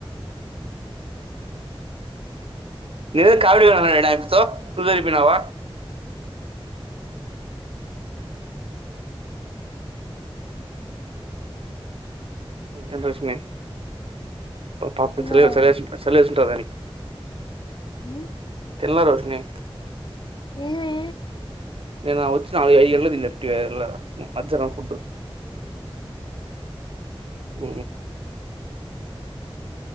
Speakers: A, on the right; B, on the left.
A: నేను ఏదో కామెడీగా అన్నాడాపితో నువ్వు వెళ్లి పోయినావు ఏం రష్మి ప పాప
B: తిన్నావా
A: పిచ్చి లేస్తుంది <inaudible> చలి వేసుంటాదా నీకు
B: మ్మ్,
A: తిన్న రోషిని
B: ఏమే
A: నేను వచ్చి నాలుగు ఐదు గంటలకు తిన్న లైట్ గా మధ్యాహ్నం ఫుడ్ ఊ